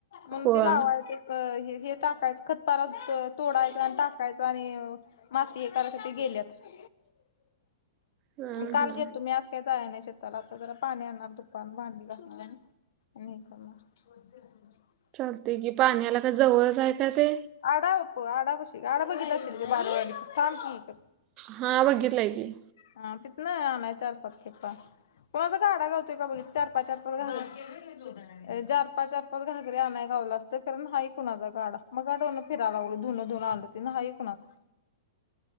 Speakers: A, on the left; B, on the right.
A: मंग
B: होय.
A: ते लावायच एक हे टाकायचं खतपार त तोडायच आण टाकायचं आणि अ माती हे करायसाठी गेल्यात
B: हं
A: म काल
B: हं
A: गेलतो मी आज मी काय जायाय नाही शेताला आता जरा पाणी आणणार दुपारनं भांडी घासणार आणि हे करणार <unintelligible>
B: चालतय कि पाण्याला काय जवळच आहे काय ते?
A: आडाव प आडापशी आड बघितला असशील बारवडी थांब की एकच
B: हा बघितलाय की.
A: हा तिथनं आणायच चार पाच खेपा कुणाचा गाडा घावतोय का बघ चार पाच चार पाच घाग ते जोदड़्या अ चार पाच चार पाच घागऱ्या आणाय घावल असतं खर नाई कुणाचा गाडा मगाधरणं फिराय लागलोय धूण धूवून आलो ते नाई कुणाचं.